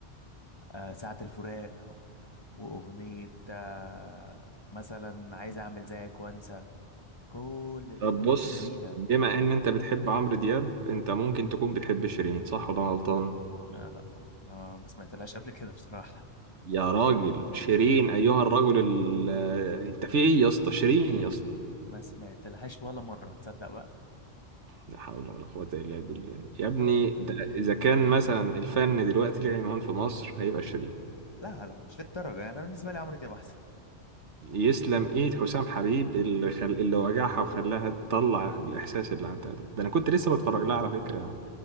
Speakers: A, on the left; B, on the right.
A: آه، ساعة الفراق وأغنية آه، مثلا عايز أعمل زيك وأنسى كل الأغاني
B: طب بص
A: دي جميلة
B: بما ان انت بتحب عمرو دياب انت ممكن تكون بتحب شيرين صح ولا أنا غلطان
A: آه لا ما ما سمعتلهاش قبل كده بصراحة
B: يا راجل شيرين
A: ما سمعت-
B: ايها الرجل ال... آه، انت في ايه يا اسطى شيرين يا اسطى
A: ما سمعتلهاش ولا مرة تصدق بقى
B: لا حول ولا قوة الا بالله يا ابني
A: طب
B: ده اذا كان مثلا الفن دلوقتي ليه عنوان في مصر هيبقى شيرين
A: لا لا مش للدرجة أنا بالنسبة لي عمرو دياب أحسن
B: يسلم ايد حسام حبيب اللي خل... اللي وجعها وخلاها تطلع الاحساس اللي عندها ده ده انا كنت لسه
A: <laughs>
B: بتفرج لها على فكره